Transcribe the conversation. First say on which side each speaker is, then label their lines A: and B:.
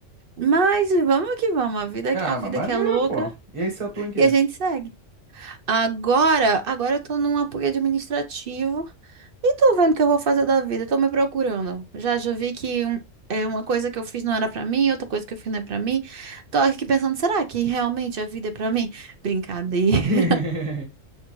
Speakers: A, on the right (about 50°); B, on the right (about 25°).
A: Mas vamos que vamos, a vida,
B: Ah,
A: a vida
B: mas maneiro,
A: que é louca
B: pô. E aí você atua em quê?
A: e a gente segue. Agora, agora eu tô num apoio administrativo e tô vendo o que eu vou fazer da vida, tô me procurando. Já já vi que um- é uma coisa que eu fiz não era pra mim, outra coisa que eu fiz não é pra mim. Tô aqui pensando, será que realmente a vida é pra mim? Brincadeira.
B: <laughs>